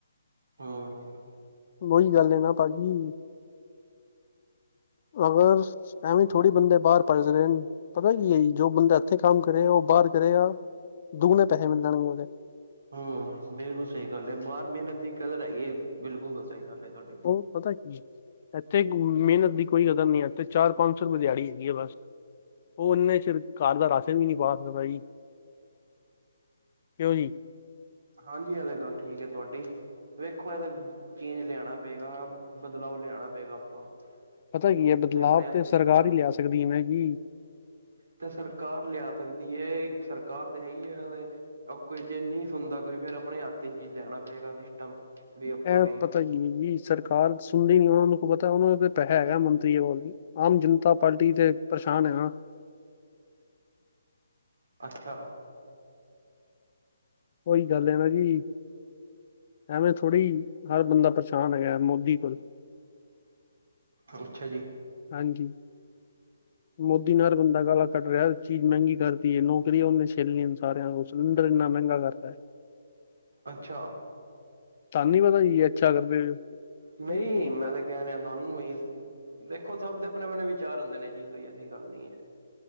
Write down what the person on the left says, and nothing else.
ਉਹੀ ਗੱਲ ਹੈ ਨਾ ਭਾਜੀ ਅਗਰ ਐਵੇਂ ਥੋੜੀ ਬੰਦੇ ਬਾਹਰ ਪੜ੍ਹ ਸਕਦੇ ਨੇ ਪਤਾ ਕੀ ਹੈ ਜ ਜੋ ਬੰਦਾ ਇੱਥੇ ਕੰਮ ਕਰੇ ਉਹ ਬਾਹਰ ਕਰੇ ਦੁਗਣੇ ਪੈਸੇ ਮਿਲਣਗੇ ਉਹਦੇ
ਉਹ ਪਤਾ ਕੀ ਇੱਥੇ ਮਿਹਨਤ ਦੀ ਕੋਈ ਕਦਰ ਨੀ ਹੈ ਇਥੇ ਚਾਰ ਪੰਜ ਸੌ ਰੁਪਏ ਦਿਹਾੜੀ ਹੈਗੀ ਆ ਬਸ ਉਹ ਨੇ ਚਿਰ ਘਰ ਦਾ ਰਾਸ਼ਨ ਵੀ ਨਹੀਂ ਪਾ ਸਕਦਾ ਜੀ ਕਿਉਂ ਜੀ
ਪਤਾ
ਪਤਾ ਕੀ
ਹੈ ਬਦਲਾਵ
ਤੇ ਸਰਕਾਰ
ਹੀ ਲਿਆ ਸਕਦੀ ਹੈ ਮੈਂ ਕਿ
ਇਹ
ਪਤਾ ਹੀ ਨਹੀਂ ਸਰਕਾਰ ਸੁਣਦੀ ਨੀ ਉਹਨਾਂ ਨੂੰ ਕੋ ਪਤਾ ਉਹਨਾਂ ਤੇ ਪੈਸਾ ਹੈਗਾ ਮੰਤਰੀਆਂ ਕੋਲ ਵੀ ਆਮ ਜਨਤਾ ਪਾਰਟੀ ਤੇ ਪਰੇਸ਼ਾਨ ਹ
ਉਹੀ ਗੱਲ ਨਾ ਜੀ ਐਵੇਂ ਥੋੜ੍ਹੀ ਹਰ ਬੰਦਾ ਪਰੇਸ਼ਾਨ ਹੈਗਾ ਮੋਦੀ ਕੋਲ
ਹਾਂਜੀ ਮੋਦੀ ਨਾਲ ਹਰ ਬੰਦਾ ਗਾਲ ਕੱਟ ਰਿਹਾ ਚੀਜ਼ ਮਹਿੰਗੀ ਕਰਦੀ ਹੈ ਨੌਕਰੀ ਉਹਨੇ ਛੀਨੇ ਲਈਆਂ ਸਾਰਿਆਂ ਸਿਲੰਡਰ ਇੰਨਾ ਮਹਿੰਗਾ ਕਰਤਾ ਹੈ
ਤੁਹਾਨੂੰ ਨੀ ਪਤਾ ਜੀ ਅੱਛਾ ਕਰਦੇ
ਪਏ